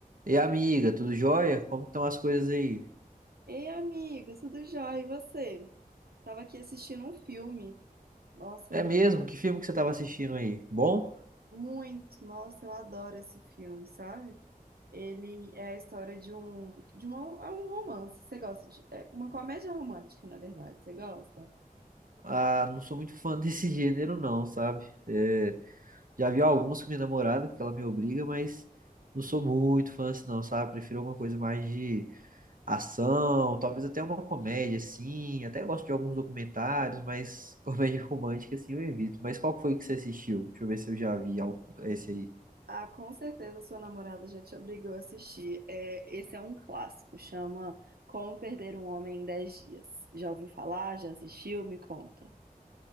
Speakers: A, on the right (about 65°); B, on the right (about 85°).
A: E amiga, tudo jóia? Como estão as coisas aí?
B: Ei, amigo, tudo jóia? E você? Tava aqui assistindo um filme. Nossa,
A: É
B: muito,
A: mesmo? Que filme que você estava assistindo aí? Bom?
B: muito. Nossa, eu adoro esse filme, sabe? Ele é a história de um, de uma, é um romance. Você gosta de, é uma comédia romântica, na verdade. Você gosta?
A: Ah, não sou muito fã <laughs> desse gênero não, sabe? É, já vi alguns com minha namorada, porque ela me obriga, mas não sou muito fã assim não, sabe? Prefiro alguma coisa mais de ação, talvez até uma comédia, assim. Até gosto de alguns documentários, mas <laughs> comédia romântica, assim, eu evito. Mas qual que foi que você assistiu? Deixa eu ver se eu já vi algum- esse aí.
B: Ah, com certeza sua namorada já te obrigou a assistir. É, esse é um clássico, chama Como Perder um Homem em Dez Dias. Já ouviu falar? Já assistiu? Me conta.